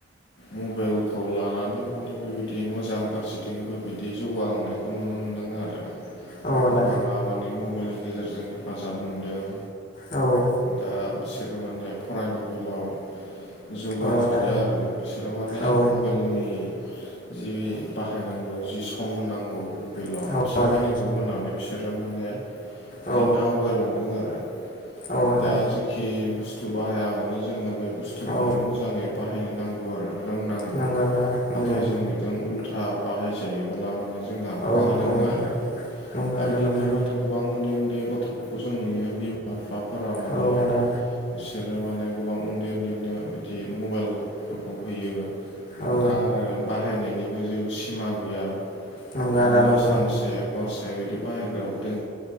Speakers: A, on the left (about 65°); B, on the left (about 45°).
A: मबाइलखौ लानानै माने बेबायदि मोजां फारसेथिंबो बिदि जौगालांनाय खौ नुनो मोनदों आरो
B: औ आदा
A: गोबाङा माने मबाइलनि गेजेरजों हेफाजाब मोनदों
B: औ
A: दा बिसोरो माने फरायनाय बेलायाव जौगानो
B: औ आदा
A: हादों आरो बिसोर माने
B: औ
A: मबाइलनि जि बाहायनांगौ जि सम होनांगौ मबाइलाव
B: औ
A: बेसेबांखिनिखौ
B: आदा
A: होनानै बिसोरो माने
B: औ
A: बिदिनो आवगायलांदों आरो
B: औ आदा
A: दा जेखि बुस्थु बाहाया मानो जोङो बे बुस्थुखौ
B: औ
A: माने मोजाङै बाहायनो नांगौ आरो रोंनांगौ
B: नंगौ आदा नंगौ
A: नाथाय जों बिजों उल्था बाहाय जायोब्ला माने जोंहा
B: औ
A: खहा दङ
B: औ
A: आरो
B: नंगौ
A: दा
B: आदा
A: बिदिनो
B: नंगौ
A: माने गोबां उन्दै उन्दै गथ'फोरखौ जों नुयो बिमा बिफाफोरा माने
B: औ आदा
A: बिसोरो माने गोबां उन्दै उन्दैनो बिदि मबाइलफोरखौ होयो
B: औ
A: दा आरो बाहायनायनिबो जेबो सिमा गैया
B: नंगौ
A: बिदिनो
B: आदा नंगौ
A: सानसे हरसाया बिदि बाहायग्राबो दोङ